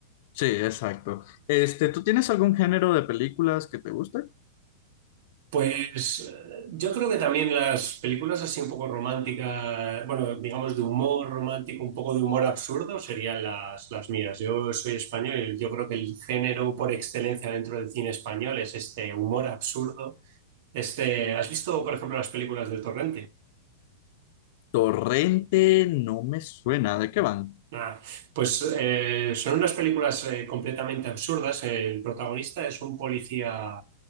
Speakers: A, on the left; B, on the right.
A: Sí, exacto. Este, ¿tú tienes algún género de películas que te guste?
B: Pues eh, yo creo que también las películas así un poco románticas, bueno, digamos de humor romántico, un poco de humor absurdo serían las, las mías. Yo soy español y yo creo que el género por excelencia dentro del cine español es este humor absurdo. Este, ¿has visto, por ejemplo, las películas de Torrente?
A: Torrente no me suena, ¿de qué van?
B: Ah, pues eh, son unas películas eh, completamente absurdas. El protagonista es un policía